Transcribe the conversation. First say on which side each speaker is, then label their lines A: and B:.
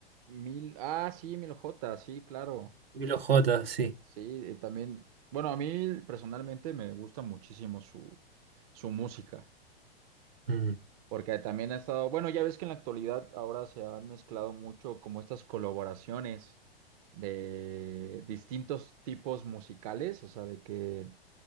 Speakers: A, on the right; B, on the right.
A: Mil, ah, sí, Mil J, sí, claro.
B: Milo J, sí.
A: Sí, eh, también. Bueno, a mí personalmente me gusta muchísimo su, su música,
B: Mm.
A: porque también ha estado, bueno, ya ves que en la actualidad ahora se han mezclado mucho como estas colaboraciones de distintos tipos musicales, o sea, de que,